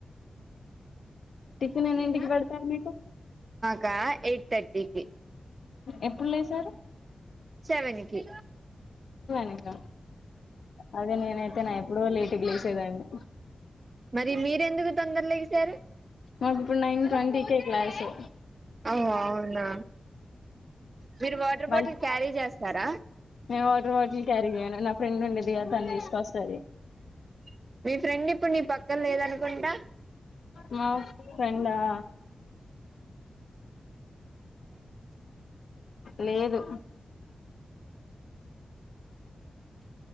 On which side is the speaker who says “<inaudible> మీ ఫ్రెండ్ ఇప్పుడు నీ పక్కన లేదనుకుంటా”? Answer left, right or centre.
Right